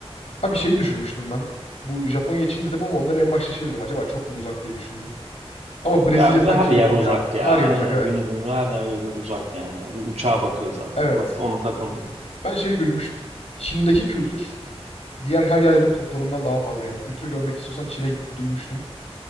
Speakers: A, on the left; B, on the right.
A: Ha bir şeyi düşünmüştüm ben. Bu Japonya için dedim ama onları en başta şey dedim. Acaba çok mu uzak diye düşündüm. Ama Brezilya
B: Ya,
A: sanki
B: ve her yer
A: yakın
B: uzak
A: ya.
B: ya.
A: Her yer uzak
B: Yani
A: evet.
B: günümüzün her yer yolu uzak yani. Uçağa bakıyor zaten.
A: Evet.
B: Ona, ona takılmıyorum.
A: Ben şeyi duymuştum. Çin'deki kültür diğer her yerlerin toplamından daha fazla yani. Kültür görmek istiyorsan Çin'e gitti duymuştum.